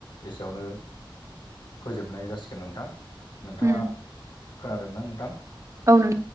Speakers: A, on the left; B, on the right.
A: एसेयावनो फोजोबनाय जासिगोन नोंथां नोंथाङा
B: उम
A: खोनादों ना नोंथां?
B: औ नों